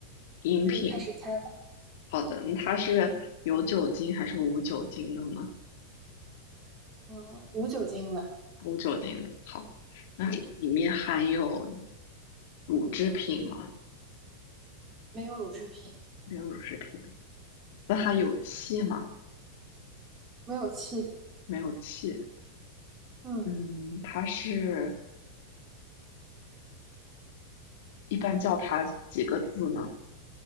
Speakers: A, on the left; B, on the right.
A: 饮品，
B: 你可以开始猜了。
A: 好的，那它是有酒精还是无酒精的呢？
B: 嗯，无酒精的，
A: 无酒精的，好，那里面含有乳制品吗？
B: 没有乳制品，
A: 没有乳制品，那它有气吗？
B: 没有气，
A: 没有气，
B: 嗯，
A: 嗯，它是一般叫它几个字呢？